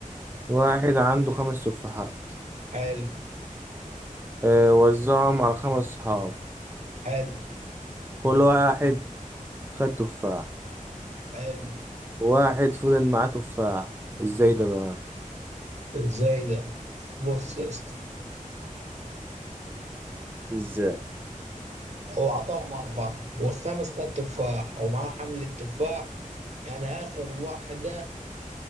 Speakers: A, on the right (about 15°); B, on the right (about 55°).
A: واحد عنده خمس تفاحات
B: حال
A: اه وزعهم على خمس أصحاب
B: حال
A: كل واحد خد تفاح
B: حال
A: واحد فضل معاه تفاح ازاي ده بقى
B: ازاي ده بص يا اسطى
A: ازاي
B: هو عطاهم أربعة والخامس خد تفاح ومعاه حمل التفاح يعني آخر واحدة